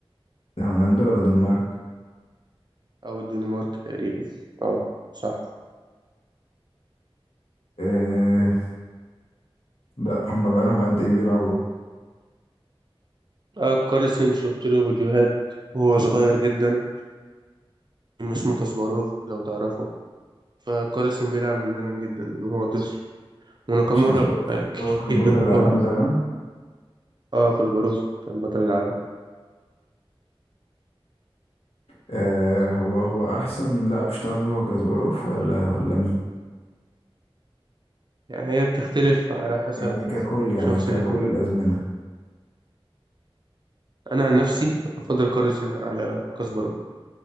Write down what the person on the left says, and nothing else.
ده هولندا ولا دنمارك
آه بقى هما بقالهم قد ايه بيلعبوا
مش كاسباروف
ده هو كان بطل
العالم زمان
آه هو هو احسن لاعب شطرنج هو كاسباروف ولا ولا مين
يعني ككل يعني
ككل
الازمنه